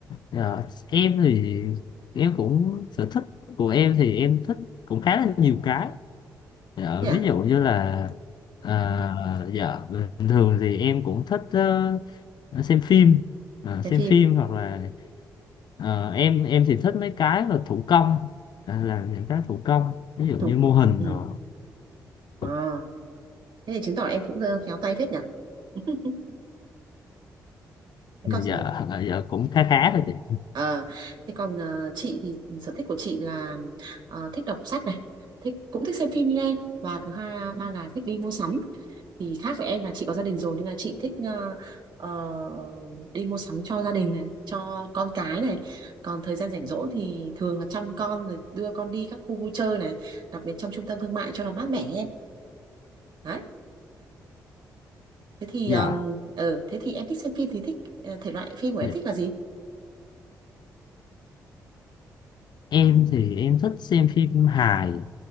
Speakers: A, on the left (about 55°); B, on the right (about 60°).
A: dạ, em thì em cũng sở thích của em thì em thích cũng khá là nhiều cái Dạ,
B: Thế à?
A: ví dụ như là à, dạ bình thường thì em cũng thích ờ, xem phim Ờ,
B: Xem
A: xem
B: phim.
A: phim hoặc là ờ, em em thì thích mấy cái là thủ công à, là những cái thủ công ví dụ
B: Chụp.
A: như mô hình
B: Ừ.
A: rồi
B: À,
A: <laughs>
B: thế thì chứng tỏ là em cũng ờ, khéo tay phết nhỉ. <laughs> Thế còn
A: dạ dạ cũng khá khá thôi chị
B: ờ, thế còn ờ, chị thì sở thích của chị là ờ, thích đọc sách này, thích cũng thích xem phim như em và thứ hai ba là thích đi mua sắm. Thì khác với em là chị có gia đình rồi nên là chị thích ờ, ờ, đi mua sắm cho gia đình này, cho con cái này. Còn thời gian rảnh rỗi thì thường là chăm con rồi đưa con đi các khu vui chơi này, đặc biệt trong trung tâm thương mại cho nó mát mẻ em. Đấy. thế thì
A: dạ
B: um, ờ, thế thì em thích xem phim thì thích ờ, thể loại phim của em
A: dạ.
B: thích là gì
A: em thì em thích xem phim hài